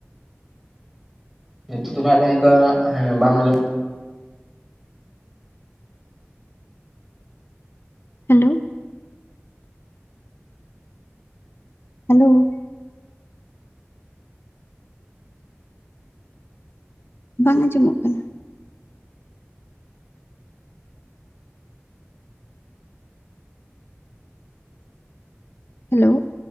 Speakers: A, in the centre; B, on the left.
A: ᱱᱤᱛᱳᱜ ᱫᱚ ᱱᱟᱦᱟᱜ ᱟᱫᱚ ᱚᱱᱠᱟ ᱦᱮᱸ ᱵᱟᱝ ᱟᱸᱡᱚᱢ
B: ᱦᱮᱞᱳᱣ᱾ ᱦᱮᱞᱳᱣ᱾ ᱵᱟᱝ ᱟᱸᱡᱚᱢᱚᱜ ᱠᱟᱱᱟ᱾ ᱦᱮᱞᱳᱣ,